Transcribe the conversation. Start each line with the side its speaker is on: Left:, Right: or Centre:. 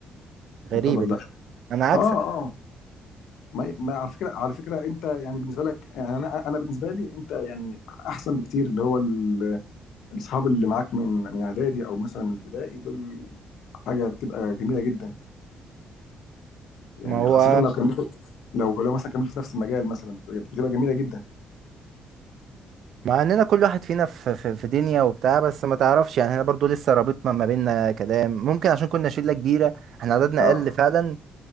Right: غريبه
Left: يعتبر
Right: دي
Left: لا
Right: انا عكسك
Left: اه آه. ما, ما على فكره على فكره انت يعني بالنسبه لك يعني انا انا بالنسبه لي انت يعني احسن بكتير اللي هو ال- الاصحاب اللي معاك من من اعدادي او مثلا من ابتدائي دول حاجه بتبقى جميله جدا يعني
Right: ما هو
Left: خاصه لو كملتوا لو لو مثلا كملتوا في نفس المجال مثلا بتبقى جميله جدا
Right: مع اننا كل واحد فينا في, في, في دنيا وبتاع بس ما تعرفش يعني احنا برضو لسه رابطنا ما بيننا كلام ممكن عشان كنا شله كبيره احنا عددنا
Left: اه
Right: اقل فعلا